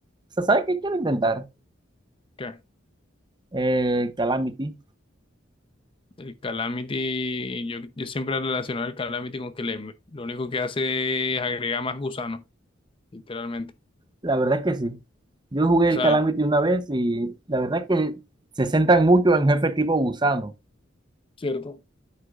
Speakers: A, on the right; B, on the left.
A: ¿se sabe qué quiero intentar?
B: ¿Qué?
A: Eh, Calamity.
B: El Calamity, yo, yo siempre he relacionado el Calamity con que le, lo único que hace es agregar más gusanos, literalmente.
A: La verdad es que sí. Yo jugué
B: O
A: el
B: sea,
A: Calamity una vez y la verdad es que se centran mucho en jefe tipo gusano.
B: ¿cierto?